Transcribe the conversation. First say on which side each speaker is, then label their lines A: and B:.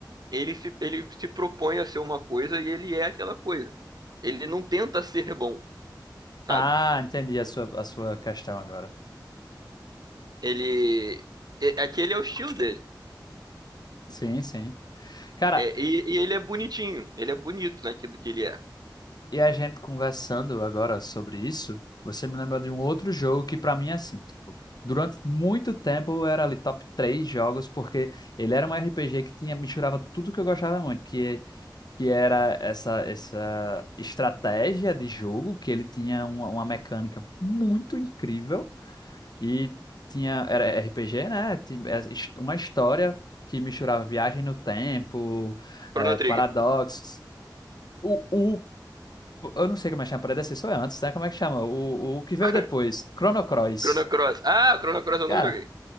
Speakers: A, on the right (about 60°); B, on the left (about 60°).
A: ele se, ele se propõe a ser uma coisa e ele é aquela coisa. Ele não tenta ser bom. sabe?
B: Ah, entendi a sua, a sua questão agora.
A: Ele. é- Aquele é o estilo dele.
B: Sim, sim. Cara,
A: É, e, e ele é bonitinho. Ele é bonito naquilo que ele é.
B: E a gente conversando agora sobre isso, você me lembra de um outro jogo que pra mim é assim, tipo, durante muito tempo era ali top três jogos, porque ele era um RPG que tinha, misturava tudo que eu gostava muito, que, que era essa, essa estratégia de jogo, que ele tinha uma, uma mecânica muito incrível e tinha, era RPG, né? Tinha é, his- uma história que misturava viagem no tempo,
A: Chrono
B: eh,
A: Trigger.
B: paradoxos. O, eu não sei como é que chama, predecessor é antes, né? Como é que chama? O, o que veio depois?
A: <laughs>
B: Chrono Cross.
A: Chrono Cross. Ah, o Chrono Cross eu
B: Cara,
A: não joguei.